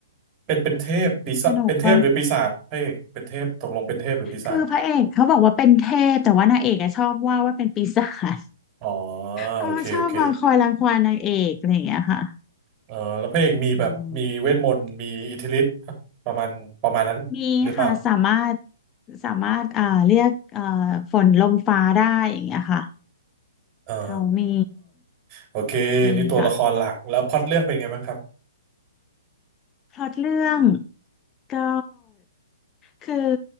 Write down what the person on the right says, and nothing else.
เป็นเป็นเทพปีศาจเป็นเทพหรือปีศาจพระเอกเป็นเทพตกลงเป็นเทพหรือปีศาจ
อ๋อ
โอเคโอเคเออแล้วพระเอกมีแบบมีเวทมนต์มีอิทธิฤทธิ์
ประมาณประมาณนั้นหรือเปล่า
อ๋อ
โอเคนี่ตัวละครหลักแล้วพล็อตเรื่องเป็นไงบ้างครับ